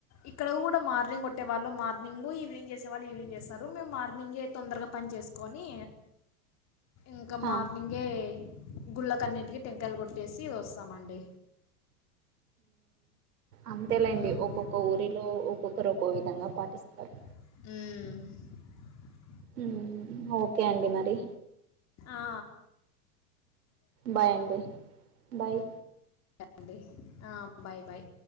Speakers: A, on the left; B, on the right.
A: ఇక్కడ కూడా మార్నింగ్ కొట్టే వాళ్ళు మార్నింగ్ ఈవినింగ్ చేస్తే వచ్చే వాళ్ళు ఈవినింగ్ చేస్తారు మేము మార్నింగే తొందరగా పని చేసుకొని ఇంకా
B: హా
A: మార్నింగే గుళ్ళకన్నిటికీ టెంకాయలు కొట్టేసి వస్తామండి.
B: అంతేలేండి
A: హ్మ్.
B: ఒక్కొక్క ఊరిలో ఒక్కొక్కరు ఒక్కొ విధంగా పాటిస్తారు
A: ఉమ్
B: ఉమ్ ఓకే అండి మరి
A: ఆ!
B: బాయ్ అండి బాయ్
A: అండి. ఆ బాయ్ బాయ్